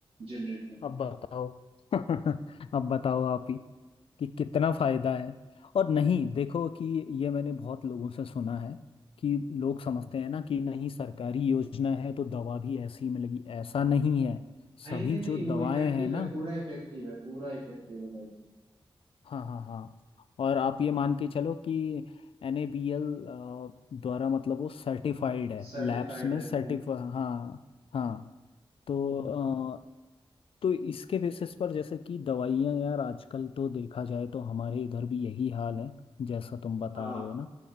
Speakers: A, on the right; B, on the left.
A: जेनरिक में
B: अब बताओ <laughs> अब बताओ आप ही कि कितना फायदा है और नहीं देखो कि ये मैंने बहुत लोगों से सुना है कि लोग समझते हैं ना कि नहीं सरकारी योजना है तो दवा भी ऐसी ही मिलेगी ऐसा नहीं है
A: नहीं
B: सभी
A: नहीं नहीं
B: जो दवाएं
A: वो इफेक्टिव
B: हैं ना
A: है पूरा इफेक्टिव है पूरा इफेक्टिव है भाई
B: हाँ हाँ हाँ और आप ये मान के चलो कि एनएबीएल द्वारा मतलब वो सर्टिफाइड है
A: सर्टिफाइड
B: लैब्स में
A: है
B: सर्टिफा
A: हाँ
B: हाँ हाँ तो तो इसके बेसिस पर जैसे कि दवाइयाँ यार आजकल तो देखा जाए तो हमारे इधर भी यही हाल है जैसा तुम बता
A: हाँ,
B: रहे हो ना